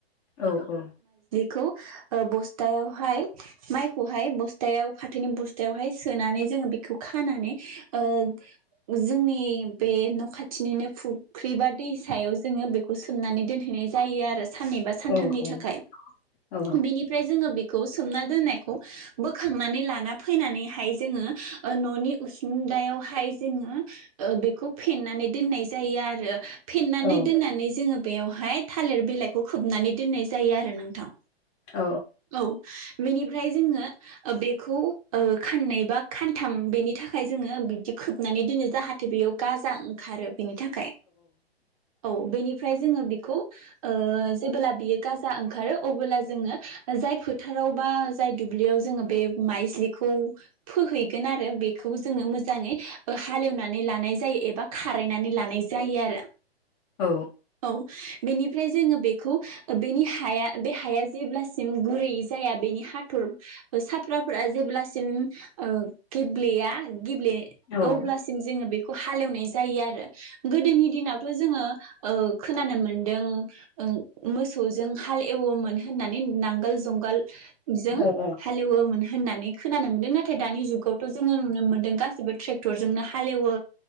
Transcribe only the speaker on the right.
खौ बस्थायावहाय माइखौहाय बस्थायाव फाथोनि बस्थायावहाय सोनानै जोङो बेखौ खानानै ओ जोंनि बे न' खाथिनिनो फुख्रि बा दै सायाव जोङो बेखौ सोमनानै दोनहैनाय जायो आरो साननै बा सानथामनि
थाखाय
बिनिफ्राय जोङो बे खौ सोमना दोननायखौ बोखांनानै लाना फैनानैहाय जोङो ओ न'नि उसुंदायावहाय जोङो ओ बेखौ फेनानै दोननाय जायो आरो फेन्नानै
दोननानै जोङो बेवहाय थालिर बिलाइखौ खोबनानै दोननाय जायो आरो नोंथां
औ बेनि फ्राय जोङो बेखौ ओ खाननै बा खानथाम बेनि थाखाय जोङो बिबदि खोबनानै दोनो जाहाथे बेयाव गाजा ओंखारो बेनि थाखाय औ। बेनि फ्राय जोङो बेखौ ओ जेबोला बियो गाजा ओंखारो अबोब्ला जोङो जाय फोथाराव बा जाय दुब्लियाव जोङो बे माइज्लिखौ फोहैगोन आरो बेखौबो जोङो मोजाङै हालेवनानै लानाय जायो एबा खारायनानै लानाय जायो आरो
औ बेनिफ्राय जोङो बेखौ बेनि हाया बे हाया जेब्लासिम गुरै जाया बेनि हाथर साफ्राफोरा जेब्लासिम ओ गेब्लेया गेब्ले
अब्लासिम
जोङो बे खौ हालेवनाय जा जायो आरो गोदोनि दिनावथ' जोङो ओ खोनानो मोनदों ओ मोसौजों हाल एवोमोन होननानै नांगोल जुंगाल जों
हालेवोमोन होननानै खोनानो मोन्दों नाथाय दानि जु गावथ' जो नुनो मोनदों गासिबो ट्रेक जोंनो हालेवो